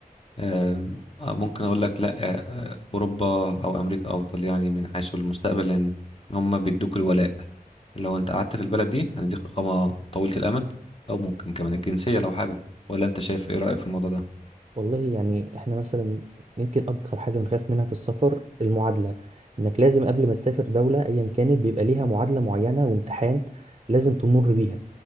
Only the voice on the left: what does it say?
آه، آه، ممكن اقول لك لا آه، آه، اوروبا او امريكا افضل يعني من حيث المستقبل لان هم بيدوك الولاء لو انت قعدت في البلد دي هنديك اقامه طويله الامد او ممكن كمان الجنسيه لو حابب ولا انت شايف ايه رايك في الموضوع ده